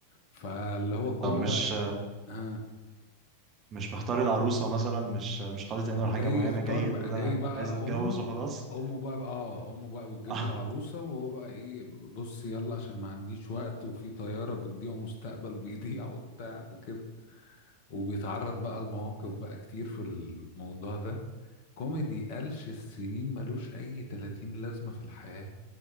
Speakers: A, on the left; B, on the right.
A: فاللي هو كل
B: طب مش
A: بقى إيه، ها
B: مش مختار العروسة مثلا مش مش حاطط عينه
A: ما هو
B: على حاجة
A: جاي
B: معينة
A: يختار
B: جاي
A: بقى
B: بيقول
A: جاي
B: أنا
A: بقى
B: عايز أتجوز
A: أمه
B: وخلاص
A: أمه بقى, بقى آه أمه بقى بتجيب
B: <laughs>
A: له عروسة وهو بقى إيه بص يلا عشان ما عنديش وقت وفي طيارة بتضيع ومستقبل بيضيع <laughs> وبتاع وكده وبيتعرض بقى لمواقف بقى كتير في الموضوع ده كوميدي قلش السنين ملوش أي 30 لازمة في الحياة